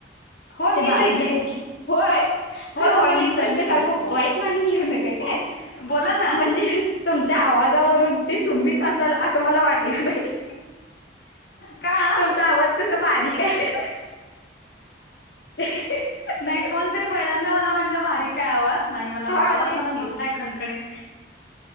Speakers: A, on the left; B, on the left.
A: हो
B: ते
A: मीच
B: बाळांच्या
A: आहे की
B: बरोबर. होय.
A: होय
B: खरं
A: होय
B: तुम्हाला
A: मीच
B: एक गोष्ट
A: आहे मीच
B: सांगू?
A: आहे
B: वाईट मानून घेऊ नका काय.
A: बोला ना.
B: म्हणजे तुमच्या आवाजावरून ते तुम्हीच असाल असं मला वाटलं नाही.
A: का
B: तुमचा आवाज कसा बारीक आहे. <unintelligible>
A: नाही कोणतरी पहिल्यांदा मला म्हटलं बारीक आहे आवाज. नाही मला
B: हा
A: आवाज
B: तेच
A: माझा मोठा
B: की
A: आहे खणखणीत.